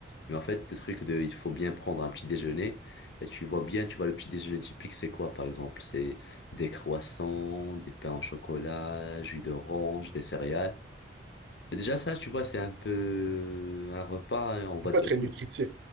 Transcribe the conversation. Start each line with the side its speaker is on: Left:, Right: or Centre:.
Left: Mais en fait, des trucs de, il faut bien prendre un petit déjeuner. Et tu vois bien, tu vois, le petit déjeuner typique, c'est quoi, par exemple? C'est des croissants, des pains au chocolat, jus d'orange, des céréales. Et déjà, ça, tu vois, c'est un peu un repas, hein, on va
Right: c'est pas
Left: dire,
Right: très nutritif.